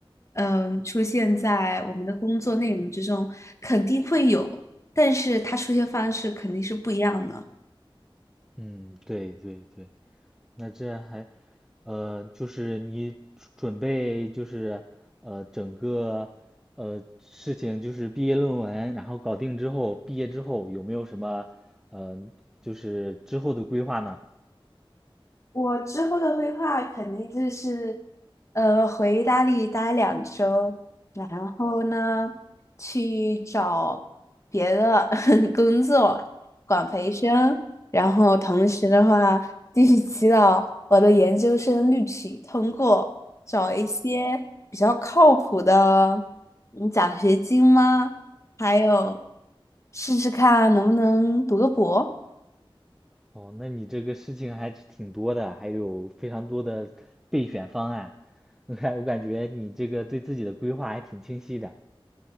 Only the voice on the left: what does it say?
嗯，出现在我们的工作内容之中，肯定会有，但是它出现方式肯定是不一样的。
我之后的规划肯定就是，呃，回意大利待两周，然后呢，去找别的 <laughs> 工作，管培生，然后同时的话，继续祈祷我的研究生录取通过，找一些比较靠谱的嗯奖学金吗？还有试试看能不能读个博。